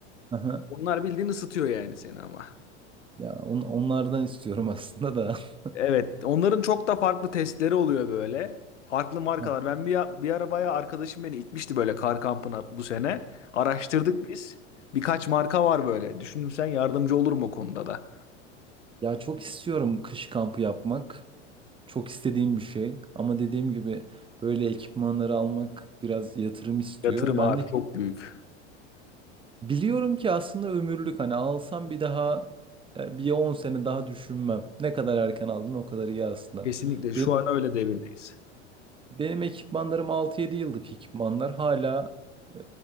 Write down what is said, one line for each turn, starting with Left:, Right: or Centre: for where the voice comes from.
Right: Aha.
Left: Onlar bildiğin ısıtıyor yani seni ama.
Right: Ya on, onlardan istiyorum aslında da. <laughs>
Left: Evet, onların çok da farklı testleri oluyor böyle. Farklı markalar.
Right: Ha.
Left: Ben bir, bir arabaya arkadaşım beni itmişti böyle kar kampına bu sene. Araştırdık biz. Birkaç marka var böyle. Düşündüm sen yardımcı olur mu o konuda da?
Right: Ya çok istiyorum kış kampı yapmak. Çok istediğim bir şey. Ama dediğim gibi böyle ekipmanları almak biraz yatırım istiyor.
Left: Yatırım
Right: Ben
Left: abi
Right: de
Left: çok büyük.
Right: biliyorum ki aslında ömürlük. Hani alsam bir daha e, bir 10 sene daha düşünmem. Ne kadar erken aldın o kadar iyi aslında.
Left: Kesinlikle şu
Right: Benim
Left: an öyle devirdeyiz.
Right: Benim ekipmanlarım altı yedi yıllık ekipmanlar. Hala e,